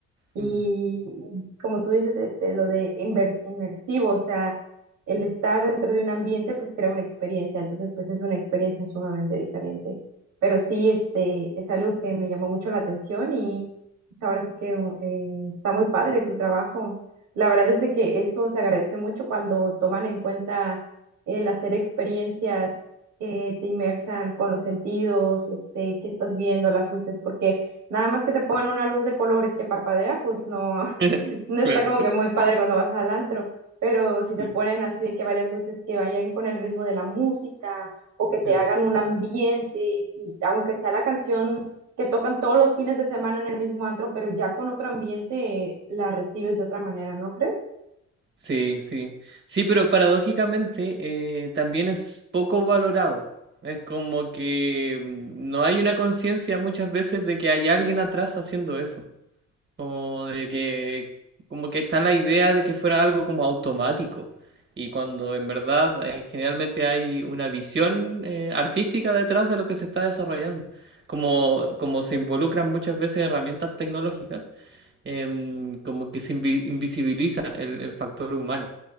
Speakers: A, on the right; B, on the right.
A: Y
B: mm,
A: y como tú dices, este, lo de inver- inmersivo, o sea, el
B: mm.
A: estar dentro de un ambiente, pues crea una experiencia, entonces, pues es una experiencia sumamente diferente. Pero sí, este, es algo que me llamó mucho la atención y pues, ahora sí que uh, eh, está muy padre tu trabajo. La verdad es de que eso se agradece mucho cuando toman en cuenta el hacer experiencias que te inmersan con los sentidos, este, qué estás viendo, las luces, porque Nada más que te pongan una luz de colores que parpadea, pues no,
B: <laughs>
A: <laughs> no está
B: Claro.
A: como que muy padre cuando vas al antro. Pero si te
B: sí,
A: ponen así de que varias luces que vayan con el ritmo de la música o que te
B: claro.
A: hagan un ambiente, y aunque sea la canción que tocan todos los fines de semana en el mismo antro, pero ya con otro ambiente la recibes de otra manera, ¿no crees?
B: Sí, sí. Sí, pero paradójicamente eh, también es poco valorado. Es como que mm, no hay una conciencia muchas veces de que hay alguien atrás haciendo eso. O de que como que está la idea de que fuera algo como automático. Y cuando en verdad eh, generalmente hay una visión eh, artística detrás de lo que se está desarrollando. Como, como se involucran muchas veces herramientas tecnológicas, em, como que se invi- invisibiliza el el factor humano.